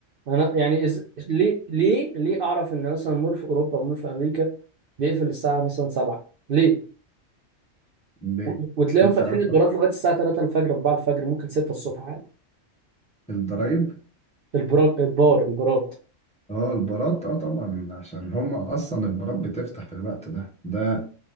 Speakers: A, on the right; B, in the centre.
A: انا يعني إز... ليه ليه ليه اعرف ان مثلا مول في اوروبا ومول في امريكا بيقفل الساعه مثلا 7 ليه
B: ليه؟
A: و- وتلاقيهم
B: دي تعرف
A: فاتحين البارات لغايه الساعه 3 الفجر 4 الفجر ممكن 6 الصبح عادي
B: الضرايب
A: البراج البار البارات
B: اه البارات اه طبعا عشان هما أصلا البارات بتفتح في الوقت ده ده